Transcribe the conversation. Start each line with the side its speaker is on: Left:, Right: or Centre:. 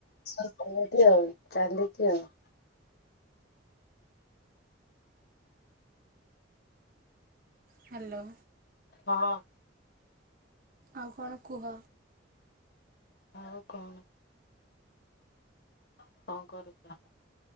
Left: ସେମିତି ଚାଲିଛି ଆଉ।
Right: ହ୍ୟାଲୋ।
Left: ହଁ।
Right: ଆଉ କଣ କୁହ?
Left: ଆଉ କଣ। କଣ କରୁଛ?